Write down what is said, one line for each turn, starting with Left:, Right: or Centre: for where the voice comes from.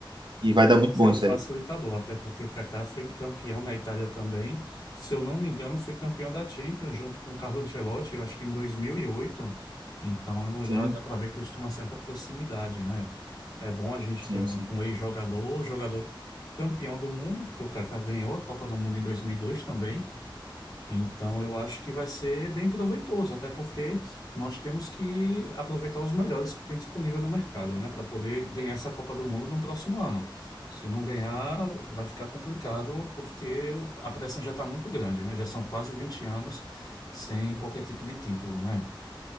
Right: que vai dar muito
Left: Vai ser
Right: bom
Left: um
Right: isso
Left: facilitador,
Right: aí.
Left: até porque Kaká foi campeão na Itália também. Se eu não me engano, foi campeão da Champions junto com Carlo Ancelotti, eu acho que em 2008. Então
Right: Sim,
Left: já dá para ver que eles têm uma certa proximidade, né? É bom a gente
Right: sim,
Left: ter um,
Right: sim.
Left: um ex-jogador, jogador campeão do mundo, porque o Kaká ganhou a Copa do Mundo em 2002 também. Então, eu acho que vai ser bem proveitoso, até porque nós temos que aproveitar os melhores que tem disponível no mercado, né, para poder ganhar essa Copa do Mundo no próximo ano. Se não ganhar, vai ficar complicado, porque a pressão já está muito grande, né? Já são quase 20 anos sem qualquer tipo de título, né?